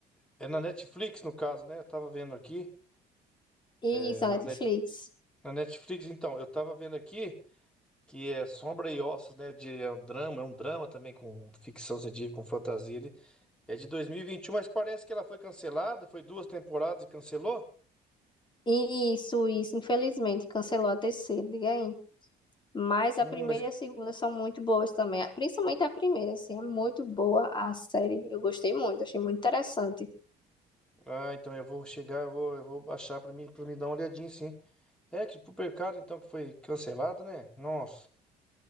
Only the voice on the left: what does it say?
Isso,
a Netflix.
Isso, isso. Infelizmente, cancelou a terceira, diga aí. Mas
a primeira
e a segunda são muito boas também. Principalmente a primeira, assim, é muito boa a série. Eu gostei muito, achei muito interessante.